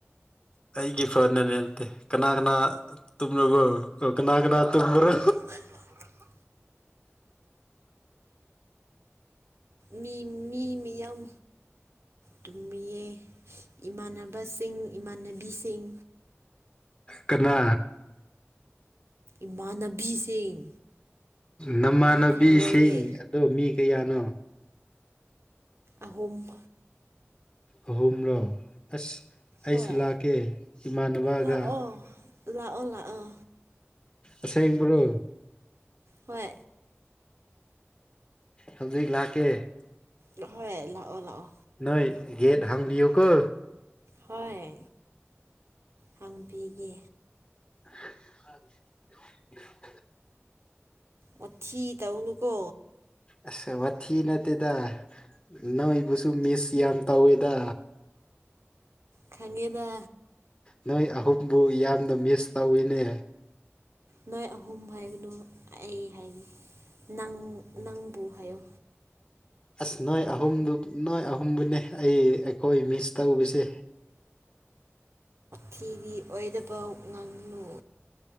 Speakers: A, on the left (about 25°); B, on the right (about 65°).
A: ꯑꯩꯒꯤ ꯐꯣꯟꯅꯦ ꯅꯠꯇꯦ ꯀꯅꯥ ꯀꯅꯥ ꯇꯨꯝꯂꯕꯣ ꯀꯅꯥ ꯀꯅꯥ ꯇꯨꯝꯕ꯭ꯔꯣ
B: <inaudible> ꯃꯤ ꯃꯤ ꯃꯤꯌꯥꯝ ꯇꯨꯝꯃꯤꯌꯦ ꯏꯃꯥꯟꯅꯕꯁꯤꯡ ꯏꯃꯥꯟꯅꯕꯤꯁꯤꯡ
A: ꯀꯅꯥ
B: ꯏꯃꯥꯟꯅꯕꯤꯁꯤꯡ
A: ꯅꯃꯥꯟꯅꯕꯤꯁꯤꯡ
B: ꯅꯪ ꯈꯪꯔꯣꯏꯌꯦ
A: ꯑꯗꯣ ꯃꯤ ꯀꯌꯥꯅꯣ
B: ꯑꯍꯨꯝ
A: ꯑꯍꯨꯝꯔꯣ ꯑꯁ ꯑꯩꯁꯨ
B: ꯍꯣꯏ
A: ꯂꯥꯛꯀꯦ ꯏꯃꯥꯟꯅꯕꯒ
B: ꯂꯥꯛꯑꯣ ꯂꯥꯛꯑꯣ ꯂꯥꯛꯑꯣ
A: ꯑꯁꯦꯡꯕ꯭ꯔꯣ
B: ꯍꯣꯏ
A: ꯍꯧꯖꯤꯛ ꯂꯥꯛꯀꯦ
B: ꯍꯣꯏ ꯂꯥꯛꯑꯣ ꯂꯥꯛꯑꯣ
A: ꯅꯣꯏ ꯒꯦꯠ ꯍꯥꯡꯕꯤꯌꯨ ꯀꯣ
B: ꯍꯣꯏ ꯍꯥꯡꯕꯤꯒꯦ
A: <unintelligible>
B: ꯋꯥꯊꯤ ꯇꯧꯅꯨꯀꯣ
A: ꯑꯁ ꯋꯥꯊꯤ ꯅꯠꯇꯦꯗ ꯅꯣꯏꯕꯨꯁꯨ ꯃꯤꯁ ꯌꯥꯝ ꯇꯧꯋꯤꯗ
B: ꯈꯪꯉꯦꯗ
A: ꯅꯣꯏ ꯑꯍꯨꯝꯕꯨ ꯌꯥꯝꯅ ꯃꯤꯁ ꯇꯧꯏꯅꯦ
B: ꯅꯣꯏ ꯑꯍꯨꯝ ꯍꯥꯏꯒꯅꯨ ꯑꯩ ꯍꯥꯏꯌꯣ ꯅꯪ ꯅꯪꯕꯨ ꯍꯥꯏꯌꯣ
A: ꯑꯁ ꯅꯣꯏ ꯑꯍꯨꯝꯗꯨ ꯅꯣꯏ ꯑꯍꯨꯝꯕꯨꯅꯦ ꯑꯩ ꯑꯩꯈꯣꯏ ꯃꯤꯁ ꯇꯧꯕꯁꯦ
B: ꯈꯤꯗꯤ ꯑꯣꯏꯗꯕ ꯉꯥꯡꯅꯨ